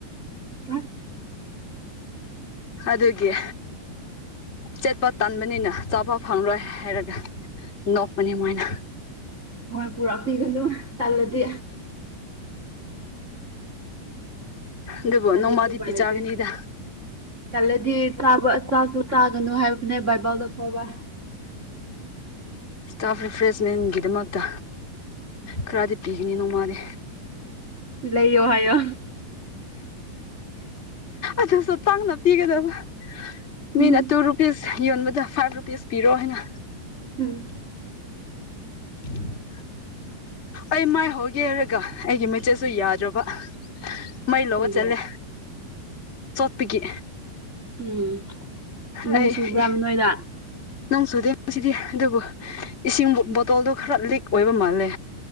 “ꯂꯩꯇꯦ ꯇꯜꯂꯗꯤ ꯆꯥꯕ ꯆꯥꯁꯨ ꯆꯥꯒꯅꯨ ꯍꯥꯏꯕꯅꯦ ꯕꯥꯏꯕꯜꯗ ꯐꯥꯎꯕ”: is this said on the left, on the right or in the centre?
Right